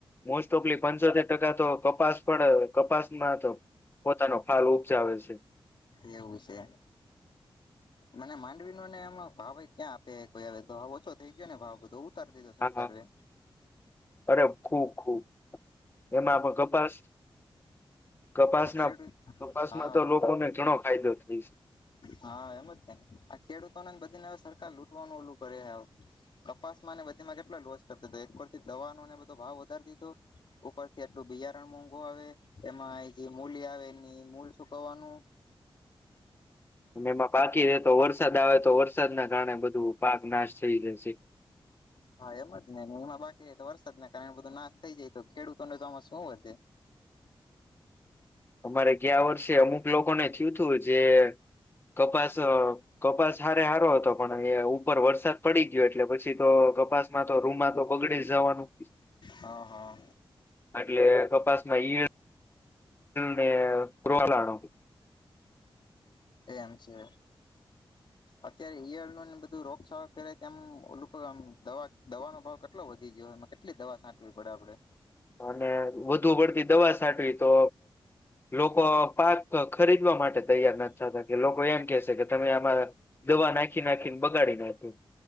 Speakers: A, on the left (about 25°); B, on the left (about 55°).
A: મોસ્ટઓફલી પંચોતેર ટકા તો કપાસ પણ કપાસમાં તો પોતાનો ફાલ ઉપજાવે છે.
B: એવું છે. મને માંડવીનો ને એમાં ભાવ એ ક્યાં આપે કોઈ હવે તો ઓછો થઈ ગયો ને ભાવ બધો તાર દીધો સરકારે.
A: હા અરે ખુબ ખુબ એમાં પણ કપાસ કપાસના
B: છેટું,
A: કપાસમાં
B: હા.
A: તો લોકોને ઘણો ફાયદો થાય છે
B: હા, એમ જ થાય આ ખેડૂતોનેને બધીને હવે સરકાર લૂટવાનું ઓલું કરે હાવ. કપાસ માં ને બધીમાં કેટલા લોસ કરતો એક પરથી દવાનો ને બધો ભાવ વધાર દીધો ઉપરથી આટલું બીજારણ મોંઘું આવે એમાં આ જે મૂલી આવેની મૂલ શુંકવવાનું
A: અને એમાં બાકી રે તો વરસાદ આવે તો વરસાદના કારણે બધું પાક નાશ થઈ જાય છે
B: હા, એમ જ ને એમાં બાકી તો વરસાદ ના કારણે બધું નાશ થઈ જાય તો ખેડૂતોને તો આમાં શું વધે.
A: અમારે ગયા વર્ષે અમુક લોકોને થયું તું જે કપાસ અ કપાસ હારે હારો હતો પણ એ ઉપર વરસાદ પડી ગયો એટલે પછી તો કપાસમાં તો રૂમમાં તો બગડી જવાનું.
B: હા હા
A: એટલે કપાસમાં ઈળ ને પરવાળ આડ.
B: એમ છે. અત્યારે ઈયડનો ને બધું રોગચાળા કરે તેમ ઓલોકોઆમ દવા દવાનો ભાવ કેટલો વધી ગયો. માં કેટલી દવા સાટવી પડે આપડે
A: અને વધુ પડતી દવા સાટવી તો લોકો પાક ખરીદવા માટે તૈયાર ના થતા કે લોકો એમ કેશે કે તમે આમાં દવા નાખી નાખીને બગાડે ડી નાખયો